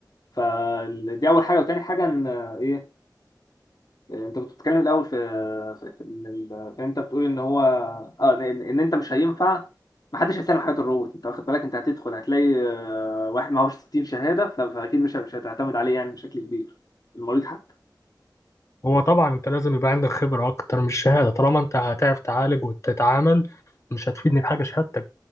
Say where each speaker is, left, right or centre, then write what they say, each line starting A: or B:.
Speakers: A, on the left (about 55°); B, on the left (about 40°).
A: فدي اول حاجه وتاني حاجه ان آه، ايه آه، انت كنت بتتكلم الاول في في في ان ال- في إن انت بتقول ان هو اه ان إن انت مش هينفع ما حدش هيسلم حياه الروبوت انت واخد بالك انت هتدخل هتلاقي آه، واحد معهوش 60 شهاده ف- فاكيد مش مش هتعتمد عليه يعني بشكل كبير المريض حتى
B: هو طبعا أنت لازم يبقى عندك خبرة أكتر من الشهادة طالما أنت هتعرف تعالج وتتعامل مش هتفيدني بحاجة شهادتك